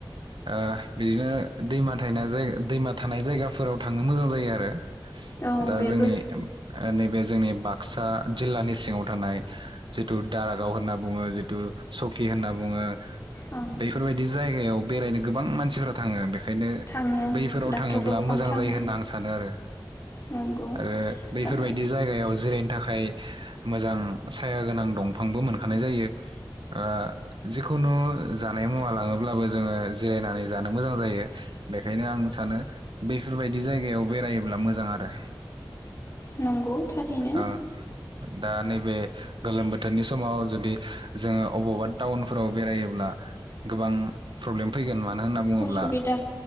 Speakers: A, on the right; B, on the left.
A: ओ बिदिनो दैमा थायना जायगायाव दैमा थानाय जायगाफोराव थांनो मोजां जायो आरो।
B: औ
A: दा
B: बेबो
A: जोंनि ओम ओ नैबे जोंनि बाक्सा जिल्लानि सिङाव थानाय जिथु दारागाव होनना बुङो जिथु सकि होनना बुङो।
B: औ
A: बेफोरबायदि जायगायाव बेरायनो गोबां मानसिफोरा थाङो बेख खायनो
B: थाङो
A: बैफोराव
B: दाथ'
A: थाङोब्ला
B: गोबां
A: मोजां
B: थाङो
A: जायो आं सानो आरो
B: नंगौ
A: आरो बैफोरबायदि
B: दा
A: जायगायाव जो जिरायनो थाखाय मोजां साया गोनां दंफांबो मोनखानाय जायो ओ जिखुनु जानाय मुवा लाङोब्लाबो जोङो जिरायनानै जानो मोजां जायो बेखायनो आं सानो बैफोरबायदि दि जायगायाव बेरायोब्ला मोजां आरो।
B: नंगौ थारैनो
A: ओ दा नैे बे गोलोम बोथोरनि समाव जुदि जोङो अबावबा टाउनफोराव बेरायोब्ला गोबां प्रब्लेम फैगोन ना नो होनना बुङोब्ला
B: असुबिदा